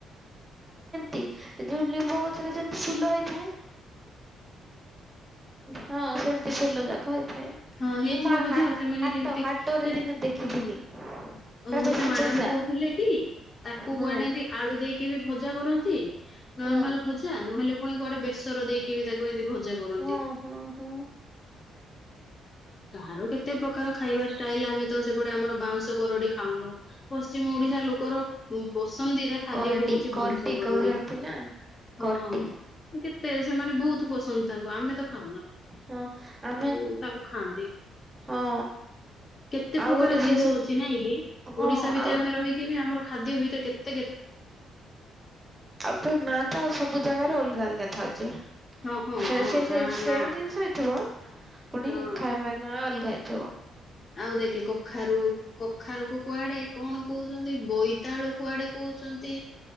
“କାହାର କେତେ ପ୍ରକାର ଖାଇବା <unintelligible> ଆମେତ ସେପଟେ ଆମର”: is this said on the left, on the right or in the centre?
Left